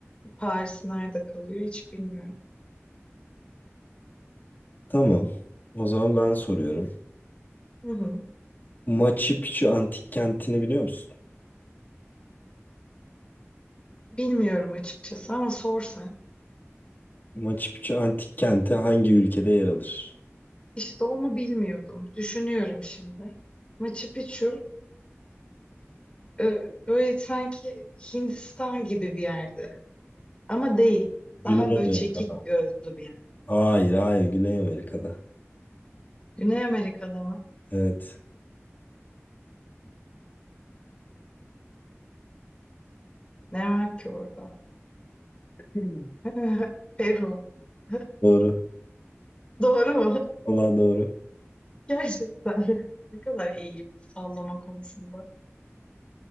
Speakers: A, on the left (about 25°); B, on the left (about 40°).
A: Paris nerede kalıyor hiç bilmiyorum.
B: Tamam. O zaman ben soruyorum.
A: Hı hı.
B: Machu Picchu antik kentini biliyor musun?
A: Bilmiyorum açıkçası ama sor sen.
B: Machu Picchu antik kenti hangi ülkede yer alır?
A: İşte onu bilmiyordum. Düşünüyorum şimdi. Machu Picchu e, böyle sanki Hindistan gibi bir yerde. Ama değil.
B: Güney
A: Daha böyle
B: Amerika'da.
A: çekik gözlü bir yer.
B: Hayır, hayır, Güney Amerika'da.
A: Güney Amerika'da mı?
B: Evet,
A: Ne var ki orada?
B: Hmm.
A: <laughs> Peru. <laughs>
B: doğru.
A: Doğru mu?
B: Vallahi doğru.
A: Gerçekten. <laughs> Ne kadar iyiyim sallama konusunda.